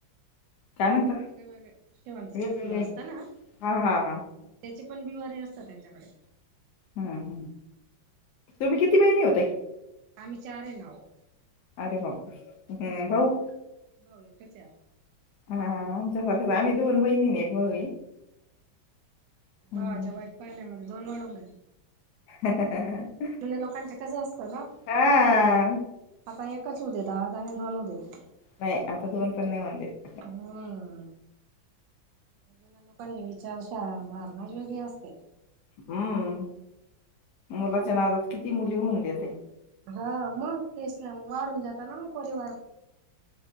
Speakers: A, on the left (about 70°); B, on the right (about 75°).
A: काय म्हणता
B: असे वेगळे, वेगळे शेवंतीची
A: वेगवेगळे
B: फुलं असत ना
A: हा हा हा
B: त्याची पण बिवारी असतात, त्यांच्याकडे-
A: हं, हं तुम्ही किती बहिणी ओ ताई?
B: आम्ही चार हाय ना ओ,
A: अरे बापरे! हं
B: हम्म
A: भाऊ?
B: भाऊ एकच हाय आम्हाला.
A: हा, हा आमच्यासारखंच, आम्ही दोन बहिणी, एक भाऊ हम्म.
B: भावाच्या वाट पाहण्यामध्ये दोन वाढून गेल्या.
A: <inaudible>
B: जुन्या लोकांच कसं असतं ना,
A: हा
B: आता एकच होऊ देतं, आज आणि दोन होऊ देतं.
A: नाही. आता दोन पण नाही होऊन देत.
B: हम्म! जुन्या लोकांचे विचारशहा धारणाच वेगळी असते.
A: हम्म! मुलाच्या नादात किती मुली होऊन देते.
B: हो! मग तेच ना, वाढून जातो ना मग परिवार.